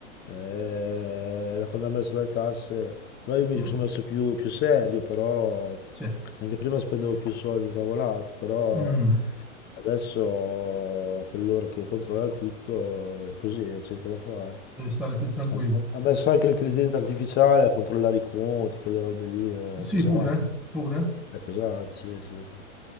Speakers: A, on the left; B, in the centre.
A: eh, da quando ha messo le tasse, no, io mi
B: mm,
A: sono messo più, più serio, però
B: sì.
A: anche prima spendevo più soldi in cavolate, però
B: Mm,
A: Adesso coloro che controllano tutto è così, non c'è niente da fare.
B: devi stare più tranquillo.
A: Ha ha messo anche l'intelligenza artificiale a controllare i conti, quelle robe lì, è
B: Sì,
A: pesante.
B: pure, pure.
A: È pesante, sì, sì, sì.